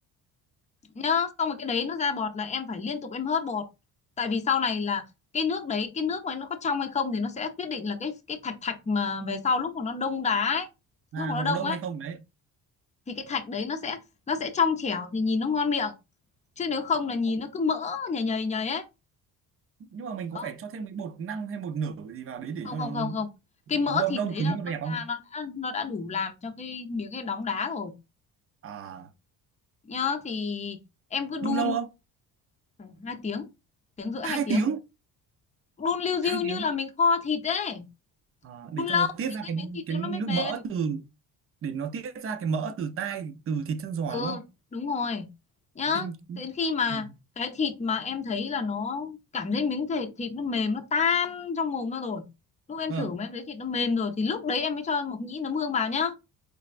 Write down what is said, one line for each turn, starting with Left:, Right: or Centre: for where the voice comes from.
Left: nhá xong rồi cái đấy nó ra bọt là em phải liên tục em hớt bột tại vì sau này là cái nước đấy cái nước mà nó có trong hay không thì nó sẽ quyết định là cái cái thạch thạch mà về sau lúc mà nó đông đá ấy
Right: à,
Left: lúc mà
Right: nó
Left: nó đông
Right: có đông
Left: ấy
Right: hay không đấy
Left: thì cái thạch đấy nó sẽ nó sẽ trong trẻo thì nhìn nó ngon miệng chứ nếu không
Right: Vâng.
Left: là nhìn
Right: Ố,
Left: nó cứ mỡ nhầy nhầy nhầy ấy
Right: nhưng mà mình
Left: không
Right: có phải cho thêm cái bột năng hay bột nở gì vào đấy để
Left: không
Right: cho
Left: không
Right: nó
Left: không không cái mỡ
Right: nó
Left: thịt
Right: đông đông
Left: đấy
Right: cứng
Left: nó
Right: cho
Left: nó
Right: đẹp không
Left: ra nó đã nó đã đủ làm cho cái miếng cái đóng đá rồi
Right: à
Left: nhá thì em cứ đun
Right: đun lâu không
Left: khoảng hai tiếng tiếng rưỡi hai
Right: hai
Left: tiếng
Right: tiếng
Left: đun liu riu
Right: hai
Left: như
Right: tiếng
Left: là mình kho thịt ấy
Right: à, để
Left: đun lâu
Right: cho nó tiết
Left: thì
Right: ra
Left: cái
Right: cái
Left: miếng thịt
Right: cái
Left: nó
Right: nước
Left: nó mới mềm
Right: mỡ từ để nó tiết ra cái mỡ từ tai từ thịt chân giò
Left: ừ
Right: đúng không
Left: đúng rồi nhá
Right: ninh
Left: đến khi mà
Right: ừ.
Left: cái thịt mà em thấy là nó cảm thấy miếng thịt thịt nó mềm nó tan trong mồm ra rồi lúc em
Right: Vâng.
Left: thử mà em thấy thịt nó mềm rồi thì lúc đấy em mới cho mộc nhĩ nấm hương vào nhá